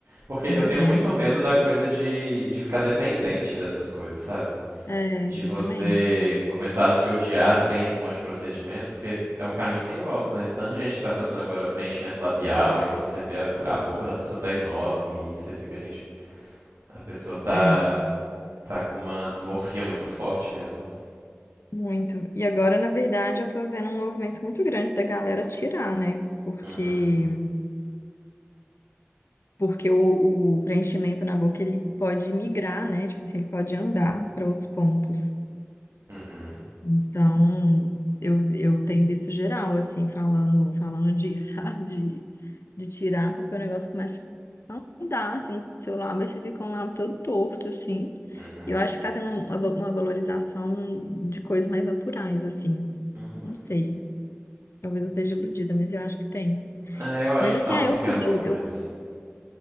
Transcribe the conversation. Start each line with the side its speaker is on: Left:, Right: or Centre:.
Right: Porque eu
Left: meu
Right: tenho
Left: Deus.
Right: muito medo da coisa de, de ficar dependente dessas coisas, sabe?
Left: É,
Right: De você
Left: eu também.
Right: começar a se odiar sem esse monte de procedimento, porque é um caminho sem volta, né? Esse tanto de gente que tá fazendo agora preenchimento labial, aí quando você vê a, a boca da pessoa tá enorme e você fica, gente, a pessoa tá,
Left: É,
Right: tá com uma desmorfia muito forte mesmo. né?
Left: muito. E agora, na verdade, eu tô vendo um movimento muito grande da galera tirar, né? Porque
Right: Uhum,
Left: porque o, o preenchimento na boca ele pode migrar, né? Tipo assim, ele pode andar para outros pontos.
Right: uhum,
Left: Então, eu, eu tenho visto geral assim falando falando disso, <laughs> sabe? De, de tirar, porque o negócio começa a andar assim no seu lábio, aí você fica um lábio todo torto assim.
Right: uhum,
Left: E eu acho que tá tendo uma, uma valorização de coisas mais naturais assim.
Right: uhum.
Left: Não sei. Talvez eu esteja iludida, mas eu acho que tem.
Right: É, eu acho
Left: Mas
Right: que
Left: assim,
Right: tá
Left: ah,
Right: um pequeno
Left: eu cuido.
Right: movimento,
Left: Eu, eu,
Right: sim.